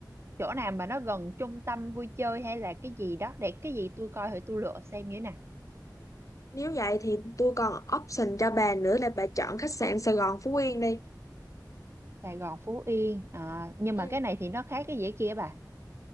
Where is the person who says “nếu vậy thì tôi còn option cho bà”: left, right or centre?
Left